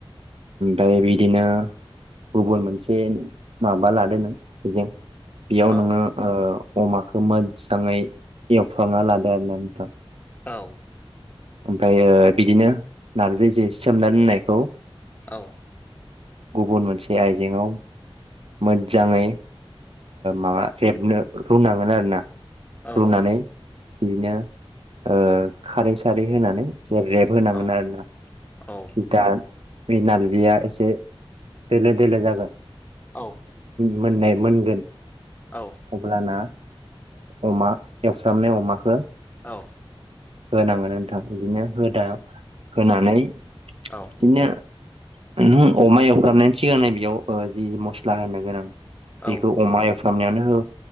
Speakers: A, on the right (about 75°); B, on the left (about 15°).
A: दायो बिदिनो गुबुन मोनसे माबा लादों नों जों बेयाव
B: औ
A: नोङो अमाखौ मोजाङै एवफ्रांना लादो आरो ना नोंथां
B: औ
A: ओमफ्रायो बिदिनो नारजि जे सोमना दोननायखौ
B: औ
A: गुबुन मोनसे आइजेंआव मोजाङै माबा रेबनो रुनांगोन आरो ना
B: औ
A: रुनानै बिदिनो खारै सारै होनानै एसे रेब होनांगोन
B: औ
A: आरोना
B: औ
A: दा बे नारजिया एसे दोलो दोलो जागोन
B: औ
A: मोननाय मोनगोन
B: औ
A: अब्लाना अमा एवस्रामनाय अमाखौ
B: औ
A: होनांगोन नोंथां बिदिनो होदा होनानै
B: औ
A: बिदिनो नों अमा एवफ्रामनायनि सिगां नै बेयाव जि मस्ला होननो गोनां
B: औ
A: बेखौ अमा एवफ्रामनायावनो